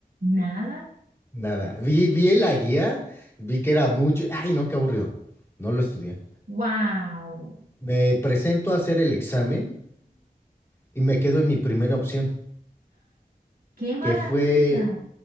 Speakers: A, on the right (about 70°); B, on the left (about 15°).
A: Nada,
B: nada. Vi, vi la guía, vi que era mucho. Ay, no, qué aburrido. No lo estudié.
A: wow.
B: Me presento a hacer el examen y me quedo en mi primera opción,
A: ¡Qué maravilla!
B: que fue,